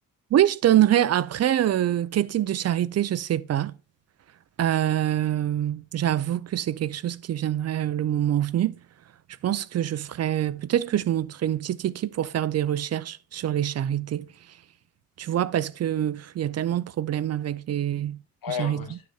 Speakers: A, on the right; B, on the left.
A: Oui, je donnerais après euh, quel type de charité, je sais pas. Euh, j'avoue que c'est quelque chose qui viendrait euh, le moment venu. Je pense que je ferais, peut-être que je monterais une petite équipe pour faire des recherches sur les charités. Tu vois, parce que pff, il y a tellement de problèmes avec les
B: Ouais,
A: charités.
B: ouais, ouais.